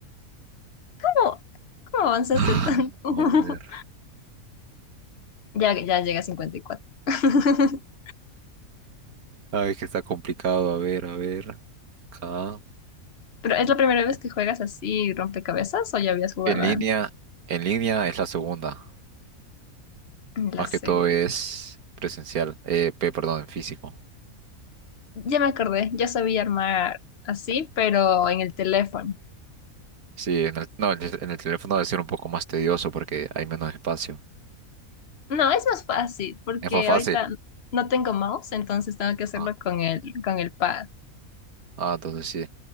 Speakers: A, on the left; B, on the right.
A: ¿Cómo, cómo avanzaste
B: Ay,
A: tanto?
B: <laughs>
A: <laughs>
B: Vamos a ver.
A: Ya, ya llega a 54. <laughs>
B: Ay, que está complicado. A ver, a ver. Acá.
A: ¿Pero es la primera vez que juegas así rompecabezas o ya habías jugado
B: En línea,
A: antes?
B: en línea es la segunda.
A: La
B: Más
A: segunda.
B: que todo es presencial, eh, pe- perdón, en físico.
A: Ya me acordé, yo sabía armar así, pero en el teléfono.
B: Sí, en el, no, en el, en el teléfono debe ser un poco más tedioso porque hay menos espacio.
A: No, es más fácil porque
B: Es más fácil.
A: ahorita no tengo mouse, entonces tengo que
B: Ajá.
A: hacerlo con el, con el pad.
B: Ah, entonces sí,